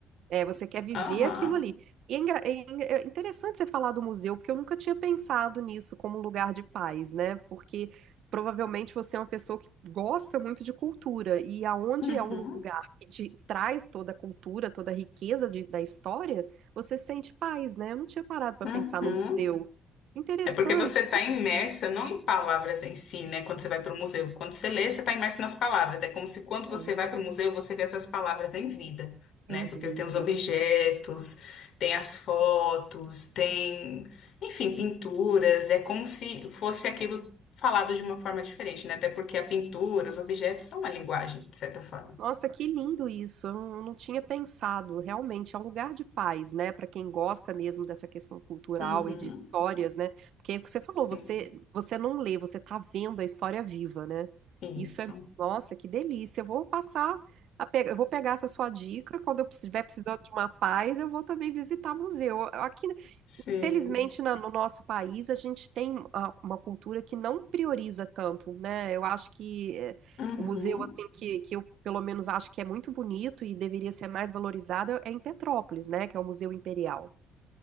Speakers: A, on the right (about 65°); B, on the left (about 65°).
A: É, você quer viver
B: <laughs> Aham.
A: aquilo ali. E é, engra- é en- é interessante você falar do museu, porque eu nunca tinha pensado nisso como um lugar de paz, né? Porque provavelmente você é uma pessoa que gosta muito de cultura, e aonde
B: Uhum.
A: é um lugar que te traz toda a cultura, toda a riqueza de- da história, você sente paz, né? Eu não tinha parado para
B: Uhum.
A: pensar no museu. Interessante.
B: É porque você está imersa não em palavras em si, né? Quando você vai para o museu. Quando você lê, você está imersa nas palavras. É como se quando você
A: É.
B: vai para o museu, você vê essas palavras em vida, né?
A: Em
B: Porque
A: vida.
B: tem os objetos, tem as fotos, tem, enfim, pinturas. É como se fosse aquilo falado de uma forma diferente, né? Até porque a pintura, os objetos são uma linguagem, de certa forma.
A: Nossa, que lindo isso. Eu não não tinha pensado. Realmente é um lugar de paz, né? Para quem gosta mesmo dessa questão cultural
B: Uhum,
A: e de histórias, né? Porque é o que você falou,
B: sim,
A: você você não lê, você tá vendo a história viva, né?
B: isso.
A: Isso é, nossa, que delícia. Eu vou passar a pe... eu vou pegar essa sua dica. Quando eu estiver precisando de uma paz, eu vou também visitar museu. Aqui
B: Sim.
A: Felizmente, na- no nosso país, a gente tem a- uma cultura que não prioriza tanto, né? Eu acho que é,
B: Uhum.
A: o museu, assim, que, que eu pelo menos acho que é muito bonito e deveria ser mais valorizado é em Petrópolis, né? Que é o Museu Imperial.